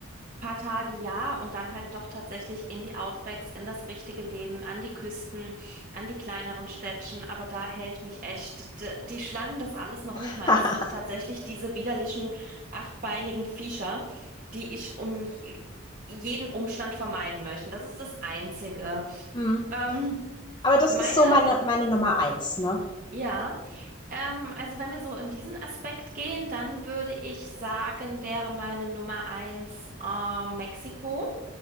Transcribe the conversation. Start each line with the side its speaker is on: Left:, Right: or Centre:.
Right: paar Tage ja und dann halt doch tatsächlich in die Outbacks, in das richtige Leben, an die Küsten, an die kleineren Städtchen. Aber da hält mich echt d- die Schlangen das alles noch
Left: <laughs>
Right: nicht mal. Es sind tatsächlich diese widerlichen achtbeinigen Viecher, die ich um j- jeden Umstand vermeiden möchte. Das ist das Einzige.
Left: Mhm.
Right: Ähm,
Left: Aber das
Right: meine,
Left: ist so meine meine Nummer eins. ne?
Right: ja. Ähm, also wenn wir so in diesen Aspekt gehen, dann würde ich sagen, wäre meine Nummer eins ähm, Mexiko.